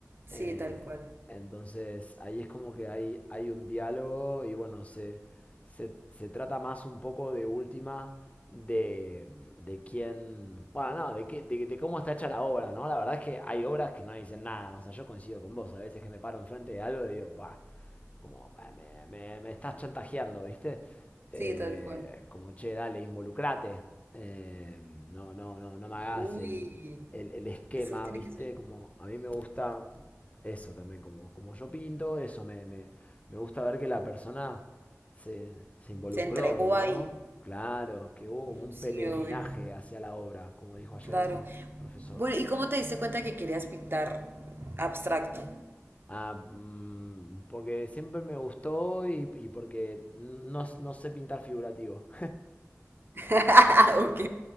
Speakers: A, on the right; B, on the left.
A: sí,
B: Eh,
A: tal cual.
B: entonces, ahí es como que hay, hay un diálogo y bueno, se, se, se trata más un poco de última de, de quién, bueno, no, de, qué, de, de cómo está hecha la obra, ¿no? La verdad es que hay obras que no dicen nada, o sea, yo coincido con vos, a veces que me paro enfrente de algo y digo, va, como "Ah, me, me- me estás chantajeando, ¿viste? Eh,
A: Sí, tal cual.
B: como, che, dale, involucrate. Eh, no, no, no, no me hagas
A: Uy,
B: el, el- el esquema,
A: eso tiene
B: ¿viste?
A: que ser.
B: Como a mí me gusta eso también, como, como yo pinto, eso me, me- me gusta ver que la persona se, se involucró,
A: Se entregó
B: ¿no?
A: ahí.
B: Claro, que hubo como un
A: Sí,
B: peregrinaje
A: obvio.
B: hacia la obra, como dijo ayer
A: Claro.
B: un profesor.
A: Bueno, ¿y cómo te diste cuenta que querías pintar abstracto?
B: Ah, mm, porque siempre me gustó y, y porque no, no sé pintar figurativo.
A: <laughs> Ok.